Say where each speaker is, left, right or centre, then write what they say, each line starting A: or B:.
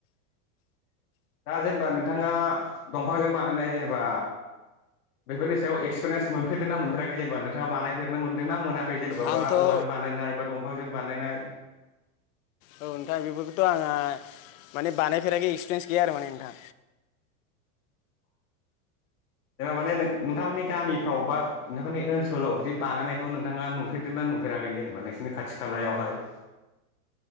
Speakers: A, on the left; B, on the left.
A: दा जेनेबा नोंथाङा दंफांजों बानायनाय जेनेबा। बेफोरनि सायाव एक्सपिरियेन्स मोनफेरदोंनाा मोनफेराखै जेनेबा नोंथाङा बानायफेरनो मोनदों ना मोना जेनबा
B: आंथ'
A: बा औवाजों
B: औ
A: बानायनाय बा दंफांजों बानायनाय।
B: औ नोंथाङा बेफोरखौथ' आंहा माने बानायफेराखै एक्सपिरियेन्स गैया आरो माने नोंथां
A: <unintelligible> माने नोंथांमोननि गामिफ्राव बा नोंथांमोननि ओनसोलाव बिदि बानायनायखौ नोंथाङा नुफेरदों ना? नुफेराखै जेनेबा नोंसोरनि खाथि खालायावहाय <inaudible>